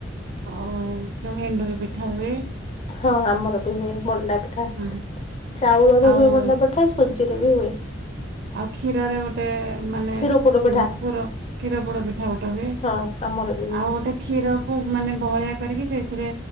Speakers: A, on the right; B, on the left.
A: ଅଁ ଚଣି ଏଣ୍ଡୁରି ପିଠା ହୁଏ।
B: ହଁ ଆମର ବି ହୁଏ ମଣ୍ଡାପିଠା।
A: ହୁଁ
B: ଚାଉଳରେ
A: ଆଉ
B: ହୁଏ ମଣ୍ଡା ପିଠା ସୁ ସୁଜିରେ ବି ହୁଏ।
A: ଆଉ କ୍ଷୀରରେ ଗୋଟେ ମାନେ
B: କ୍ଷୀର ପୋଡ ପିଠା
A: ଉଁ ପୁର କ୍ଷୀର ପୋଡପିଠା ଗୋଟେ ହୁଏ।
B: ହଁ ଆମର ବି। ହୁଏ
A: ଆଉ ଗୋଟେ କ୍ଷୀରକୁ ମାନେ ବହଳିଆ କରିକି ସେଇଥିରେ